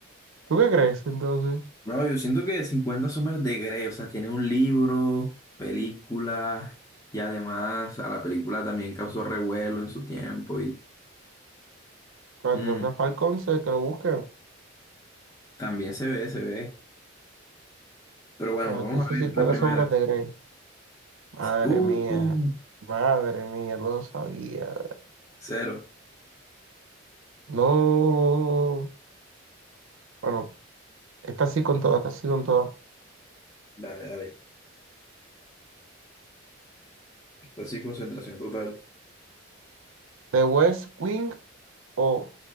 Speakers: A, on the right; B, on the left.
A: ¿Tú qué crees entonces?
B: Bro, yo siento que 50 sombras de Grey, o sea, tiene un libro, película, y además a la película también causó revuelo en su tiempo y
A: Que
B: mm,
A: Atlanta Falcons eh, que lo busquen.
B: también se ve, se ve. Pero bueno,
A: Bueno,
B: vamos
A: te dice
B: a
A: 50
B: ver la primera.
A: sombras de Grey. Madre
B: Uh,
A: mía.
B: uh,
A: Madre mía, lo sabía.
B: cero.
A: No. Bueno, está así con todo, está así con todo.
B: Dale, dale. Así, concentración total.
A: ¿The West Wing o